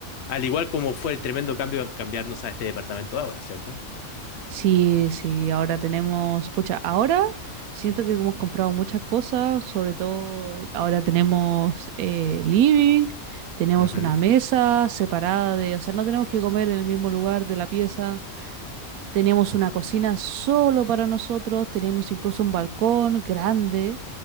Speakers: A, on the left; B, on the right.
A: al igual como fue el tremendo cambio a cambiarnos a este departamento ahora, ¿cierto?
B: Sí, sí, ahora tenemos, pucha, ahora siento que hemos comprado muchas cosas, sobre todo ahora tenemos eh, living, tenemos
A: Ujú,
B: una mesa separada de, o sea, no tenemos que comer en el mismo lugar de la pieza. Tenemos una cocina solo para nosotros, tenemos incluso un balcón grande,